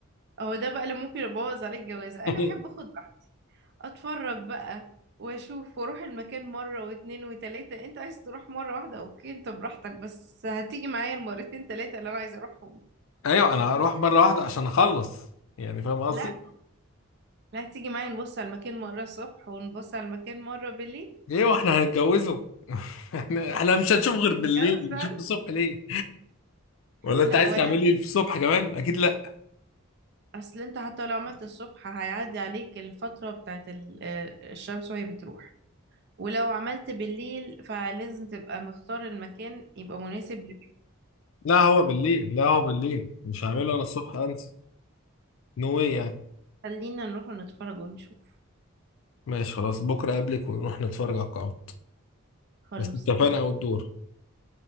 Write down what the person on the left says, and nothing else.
<laughs>
ايوه انا هروح مره واحده عشان اخلص يعني فاهم قصدي
ايه واحنا هنتجوزه <laughs> احنا احنا مش هنشوف غير بالليل
نشوف الصبح ليه ولا انت
عايز
تعملي في الصبح كمان اكيد لا
لا هو بالليل لا هو بالليل مش هعمله انا الصبح انسى نو واي يعني
ماشي خلاص بكره قبلك ونروح نتفرج على القاعات
بس اتفقنا
او الدور